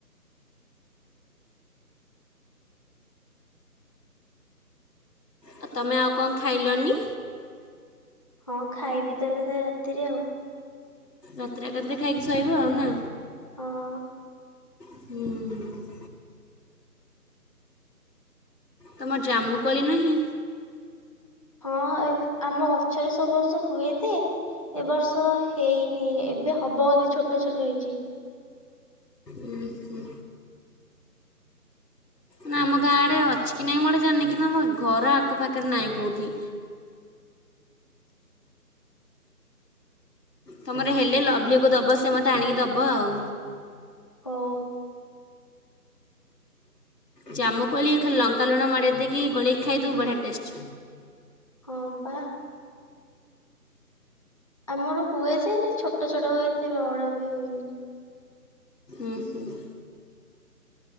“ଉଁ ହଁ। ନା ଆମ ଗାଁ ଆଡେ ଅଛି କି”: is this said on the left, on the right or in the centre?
Left